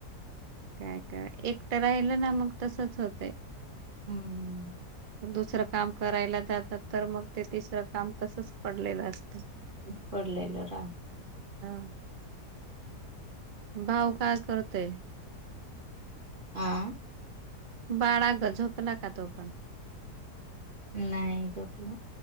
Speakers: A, on the right; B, on the right.
A: काय काय एकटं राहिलं ना मग तसच होतंय
B: हम्म
A: दुसरं काम करायला जात तर मग ते तिसरं काम तसच पडलेलं असत
B: तसंच पडलेलं राहत
A: <inaudible> भाऊ काय करतोय?
B: <unintelligible>
A: बाळा ग झोपला का तो पण?
B: नाही झोपला